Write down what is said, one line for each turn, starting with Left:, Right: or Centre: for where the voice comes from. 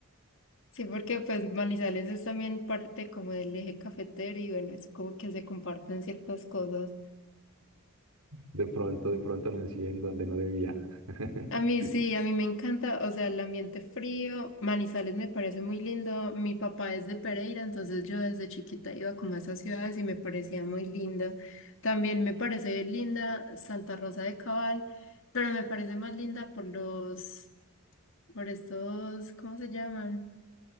Left: Sí, porque pues Manizales es también parte como del eje cafetero y bueno, es como que se comparten ciertas cosas.
Right: De pronto, de pronto nací en donde no debía. <laughs>
Left: A mí sí, a mí me encanta, o sea, el ambiente frío, Manizales me parece muy lindo. Mi papá es de Pereira, entonces yo desde chiquita iba como a esas ciudades y me parecía muy linda. También me parece linda Santa Rosa de Cabal, pero me parece más linda por los, por estos, ¿cómo se llaman?